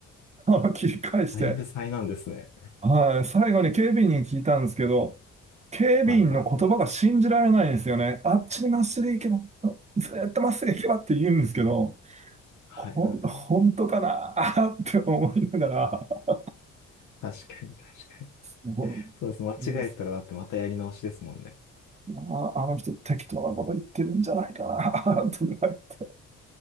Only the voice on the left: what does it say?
だいぶ災難ですね。
はいはいはい。
はいはいはい。
確かに確かに。
そうです。間違えてたらだってまたやり直しですもんね。